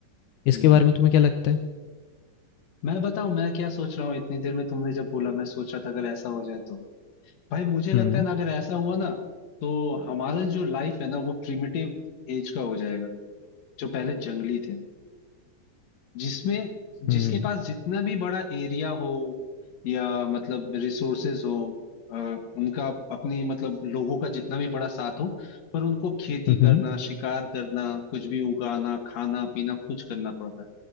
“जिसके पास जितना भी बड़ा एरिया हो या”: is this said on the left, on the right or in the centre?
Left